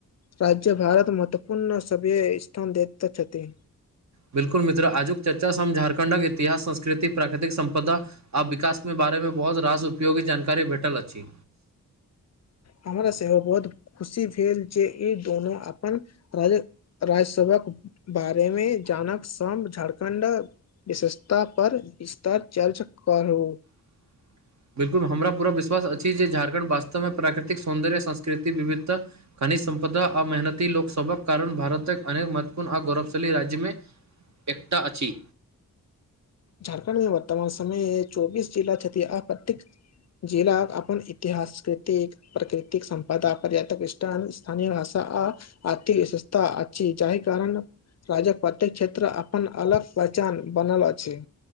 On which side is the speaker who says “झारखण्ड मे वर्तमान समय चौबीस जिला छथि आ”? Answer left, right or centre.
Left